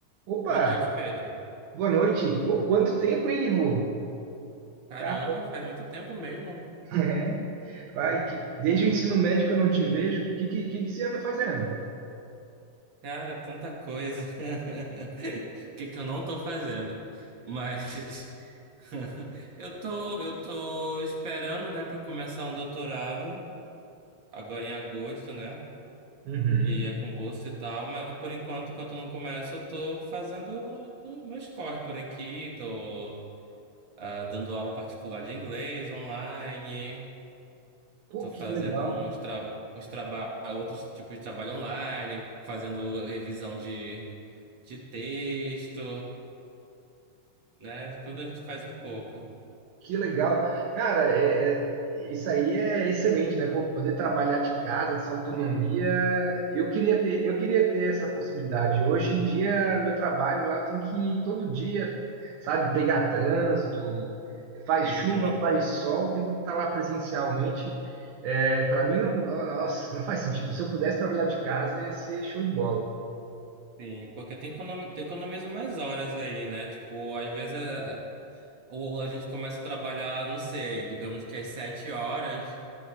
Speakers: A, on the right; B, on the right.
A: Opa,
B: Boa noite, Pedro.
A: boa noite. Pô, quanto tempo, hein, Ivo?
B: Caramba,
A: Cara,
B: faz muito tempo mesmo.
A: <laughs> é. Vai, que, desde o ensino médio que eu não te vejo. O que, que, que que você anda fazendo?
B: Cara, tanta coisa. <laughs> O que que eu não tô fazendo? Mas <laughs> eu tô, eu tô esperando, né, para começar um doutorado agora em agosto, né?
A: Uhum.
B: E aí é com bolsa e tal, mas por enquanto, enquanto eu não começo, eu tô fazendo meus corres por aqui, tô ah, dando aula particular de inglês online,
A: Pô,
B: Tô
A: que
B: fazendo
A: legal.
B: uns, tra uns traba outros tipos de trabalho online, fazendo revisão de, de texto, né? Tudo a gente faz um pouco.
A: Que legal. Cara, é- é- isso aí é excelente, né? Pô, poder trabalhar de casa, essa autonomia. Eu queria ter, eu queria ter essa possibilidade. Hoje em dia, meu trabalho lá, eu tenho que ir todo dia, sabe, pegar trânsito, faz
B: Uhum.
A: chuva, faz sol, tem que estar lá presencialmente. É, para mim, não, nossa, não faz sentido. Se eu pudesse trabalhar de casa, ia ser show de bola.
B: Sim, porque tem economi tem economiza mais horas aí, né? Tipo, às vezes é, é, ou a gente começa a trabalhar, não sei, digamos que às sete horas,